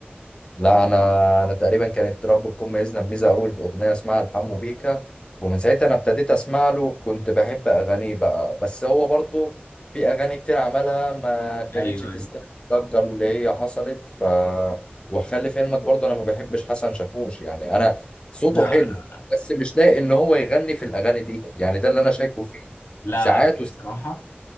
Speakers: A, on the left; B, on the left.
A: لا انا انا تقريبا كانت رب تكون ميزنا بميزه اول باغنيه اسمها الحمو بيكا ومن ساعتها انا ابتديت اسمع له كنت بحب اغانيه بقى بس هو برضو في اغاني كتير عملها ما كانتش
B: ايوه
A: تستاهل
B: ايوه
A: الضجه اللي هي حصلت ف وخلي في علمك برضو انا ما بحبش حسن شاكوش يعني انا صوته
B: لا
A: حلو بس مش لاقي ان هو يغني في الاغاني دي يعني ده اللي انا شايفه فيه
B: لا
A: ساعات
B: لا لا
A: وس...
B: بصراحه